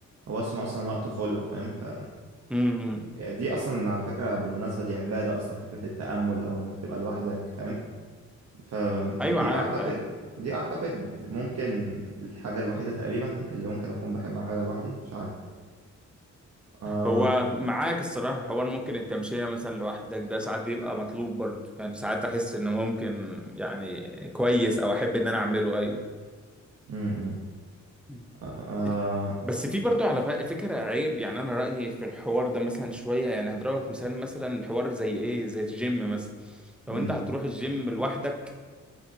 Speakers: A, on the right; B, in the centre.
A: هو اسمه اصلا وقت خلوة فاهم ف
B: امم
A: يعني دي اصلا على فكرة بالمناسبة دي عبادة اصلا فكرة التأمل او انك تبقى لوحدك فاهم فدي
B: ايوه عارف
A: اعتقد
B: ايوه
A: دي اعتقد ممكن الحاجة الوحيدة تقريبا اللي ممكن اكون بحب اعملها لوحدي مش عارف آه
B: هو معاك الصراحة حوار ممكن التمشية مثلا لوحدك ده ساعات بيبقى مطلوب برضو يعني ساعات احس انه ممكن يعني كويس او احب ان انا اعمله ايوه
A: م- م.
B: مم.
A: آه آه،
B: بس في برضو على ف- فكرة عيب يعني أنا رأيي في الحوار ده مثلا شوية يعني هضربك مثال مثلا حوار زي إيه زي الجيم مثلا
A: م-
B: لو أنت هتروح الجيم لوحدك